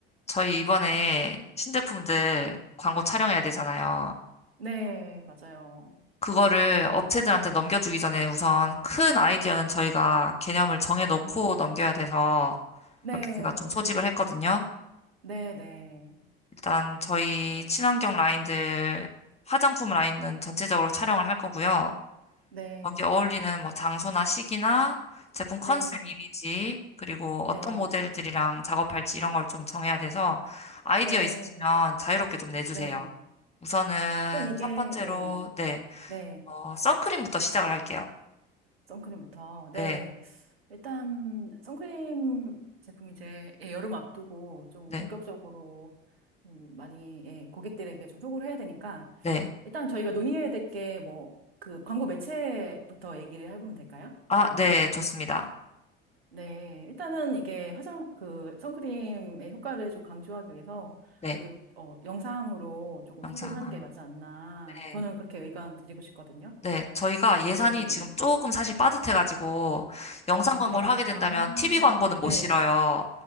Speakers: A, on the left; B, on the right.
A: 저희 이번에 신제품들 광고 촬영해야 되잖아요.
B: 네, 맞아요.
A: 그거를 업체들한테 넘겨주기 전에 우선 큰 아이디어는 저희가 개념을 정해놓고
B: 음,
A: 넘겨야 돼서
B: 네,
A: 이렇게 제가 좀 소집을 했거든요.
B: 네, 네.
A: 일단 저희
B: 일단,
A: 친환경 라인들, 화장품 라인은 전체적으로 촬영을 할 거고요.
B: 네,
A: 여기 어울리는 뭐 장소나 시기나 제품 컨셉
B: 네,
A: 이미지, 그리고
B: 네,
A: 어떤 모델들이랑 작업할지 이런 걸 좀 정해야 돼서 아이디어
B: 네,
A: 있으시면 자유롭게 좀 내주세요.
B: 네.
A: 우선은
B: 일단 이게,
A: 첫 번째로,
B: 예,
A: 네,
B: 네,
A: 어, 선크림부터 시작을 할게요.
B: 선크림부터, 네.
A: 네,
B: 일단, 선크림 제품 이제, 예, 여름 앞두고 좀
A: 네,
B: 본격적으로 음, 많이, 예, 고객들에게 좀 소구를 해야 되니까,
A: 네.
B: 일단 저희가 논의해야 될 게 뭐, 그 광고 매체부터 얘기를 해보면 될까요?
A: 아,
B: 그럼요.
A: 네, 좋습니다.
B: 네, 일단은 이게 화장, 그, 선크림의 효과를 좀 강조하기 위해서
A: 네,
B: 그래도, 어, 영상으로 조금
A: 영상.
B: 소구를 하는
A: 안-
B: 게 맞지 않나.
A: 네,
B: 저는 그렇게 의견 드리고 싶거든요.
A: 네. 저희가 예산이
B: 예.
A: 지금 조금 사실 빠듯해가지고 영상
B: 아,
A: 광고를
B: 그래요?
A: 하게 된다면
B: 아,
A: TV 광고는
B: 네.
A: 못 실어요.